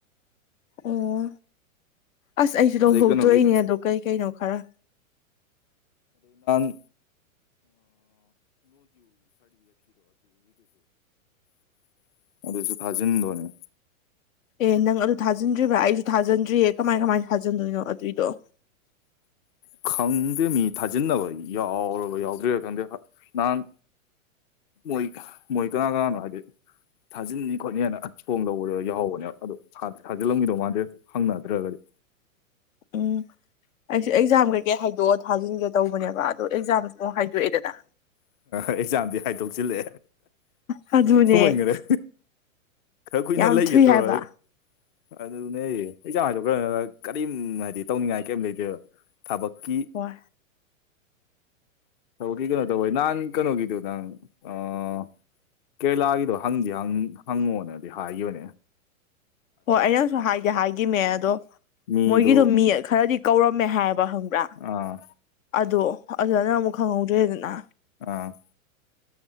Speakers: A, on the left; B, on the left.
A: ꯑꯣ ꯑꯁ ꯑꯩꯁꯨ ꯂꯧꯊꯣꯛꯇꯣꯛꯏꯅꯦ
B: ꯑꯗꯩ ꯀꯩꯅꯣꯒꯤ
A: ꯑꯗꯣ ꯀꯩ ꯀꯩꯅꯣ ꯈꯔ
B: ꯑꯣ <unintelligible> ꯑꯗꯨꯁꯨ ꯊꯥꯖꯟꯗꯣꯅꯦ
A: ꯑꯦ ꯅꯪ ꯑꯗꯨ ꯊꯥꯖꯤꯟꯗ꯭ꯔꯤꯕ꯭ꯔꯥ ꯑꯩꯁꯨ ꯊꯥꯖꯟꯗ꯭ꯔꯤꯌꯦ ꯀꯃꯥꯏ ꯀꯃꯥꯏꯅ ꯊꯥꯖꯤꯟꯗꯣꯏꯅꯣ ꯑꯗꯨꯏꯗꯣ <unintelligible>
B: ꯈꯪꯗꯦ ꯃꯤ ꯊꯥꯖꯤꯟꯅꯕ ꯌꯥꯎꯔꯕ ꯌꯥꯎꯗ꯭ꯔꯦ ꯈꯪꯗꯦ ꯅꯍꯥꯟ ꯃꯣꯏ ꯃꯣꯏ ꯀꯥꯅ ꯀꯥꯅꯅꯣ ꯍꯥꯏꯗꯤ ꯊꯥꯖꯤꯟꯅꯤ ꯈꯣꯠꯅꯤ ꯍꯥꯏꯅ ꯐꯣꯝ ꯂꯧꯕꯗ ꯌꯥꯎꯧꯕꯅꯦ ꯑꯗꯨ ꯊꯥꯖꯤꯜꯂꯝꯒꯤꯗꯧ ꯃꯥꯟꯗꯦ ꯍꯪꯅꯗ꯭ꯔꯒꯗꯤ
A: ꯑꯣ ꯑꯩꯁꯦ ꯑꯩꯛꯖꯥꯝ ꯀꯩꯀꯩ ꯍꯥꯏꯗꯣꯛꯑꯒꯥ ꯊꯥꯖꯤꯟꯒꯦ ꯇꯧꯕꯅꯦꯕ ꯑꯦꯛꯖꯥꯝꯁꯨ ꯑꯃꯨꯛ ꯍꯥꯏꯗꯣꯛꯑꯦꯗꯅ
B: ꯑꯦꯛꯖꯥꯝꯗꯤ ꯍꯥꯏꯗꯣꯛꯆꯤꯜꯂꯦ
A: ꯑꯗꯨꯅꯦ
B: ꯊꯨꯃꯥꯟꯈꯔꯦ ꯈꯔ ꯀꯨꯏꯅ
A: ꯌꯥꯝ
B: ꯂꯩꯒꯦ
A: ꯊꯨꯏ
B: ꯇꯩꯔꯒꯥ
A: ꯍꯥꯏꯕ
B: ꯑꯗꯨꯅꯦ ꯑꯀꯖꯥꯝ ꯍꯥꯏꯗꯣꯛ ꯈꯔꯒꯥ ꯀꯔꯤꯝ ꯍꯥꯏꯗꯤ ꯇꯧꯅꯤꯡꯉꯥꯏ ꯀꯔꯤꯝ ꯂꯩꯇꯦꯕ ꯊꯕꯛꯀꯤ
A: ꯍꯣꯏ
B: <unintelligible> ꯀꯦꯔꯦꯂꯥꯒꯤꯗꯣ ꯍꯪꯗꯤ ꯍꯪꯉꯣꯅꯗꯤ ꯍꯥꯏꯒꯤꯕꯅꯦ
A: ꯍꯣꯏ ꯑꯩꯅꯁꯨ ꯍꯥꯏꯗꯤ ꯍꯥꯏꯒꯤꯅꯦ ꯑꯗꯣ
B: ꯃꯤꯗꯨ
A: ꯃꯣꯏꯒꯤꯗꯣ ꯃꯤ <unintelligible> ꯀꯧꯔꯝꯃꯦ ꯍꯥꯏꯔꯕ ꯈꯪꯕ꯭ꯔꯥ
B: ꯑꯥ
A: ꯑꯗꯣ ꯑꯗꯨ ꯅꯅꯪ ꯑꯃꯨꯛ ꯈꯪꯍꯧꯗ꯭ꯔꯦꯗꯅ
B: ꯑ